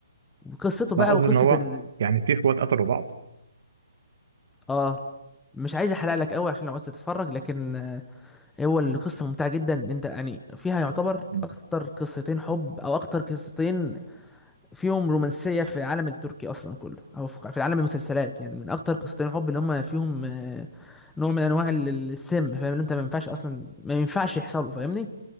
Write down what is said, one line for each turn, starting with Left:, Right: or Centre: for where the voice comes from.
Centre: وقصته بقى
Right: لا قصدي
Centre: وقصه
Right: ان هو
Centre: ال...
Right: يعني في اخوات قتلوا بعض
Centre: اه مش عايز احرق لك قوي عشان لو عايز تتفرج لكن هو القصة ممتعة جدا إن انت يعني فيها يعتبر
Right: ماشي
Centre: اكتر قصتين حب او اكتر قصتين فيهم رومانسية في العالم التركي اصلا كله او في في عالم المسلسلات يعني من اكتر قصتين حب اللي هم فيهم آه، نوع من انواع ال- ال- السم فاهم اللي انت ما ينفعش اصلا ما ينفعش يحصلوا فاهمني